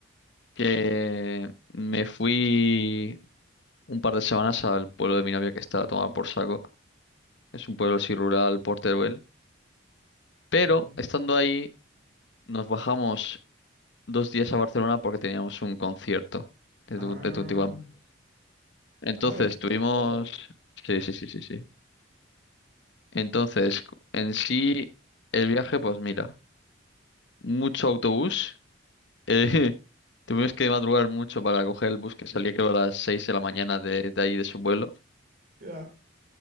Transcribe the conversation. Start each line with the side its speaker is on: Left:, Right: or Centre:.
Left: que me fui un par de semanas al pueblo de mi novia que está a tomar por saco. Es un pueblo así rural, por Teruel. Pero
Right: Ujú.
Left: estando ahí, nos bajamos dos días a Barcelona porque teníamos un concierto de,
Right: Ah,
Left: Tu- de Tutti Entonces
Right: ah, del-
Left: tuvimos...
Right: ojo,
Left: Sí, sí, sí, sí, sí. Entonces, en sí, el viaje, pues mira, mucho autobús. eh, <laughs> tuvimos que madrugar mucho para coger el bus que salía creo a las 6 de la mañana de, de ahí de su vuelo.
Right: Ya.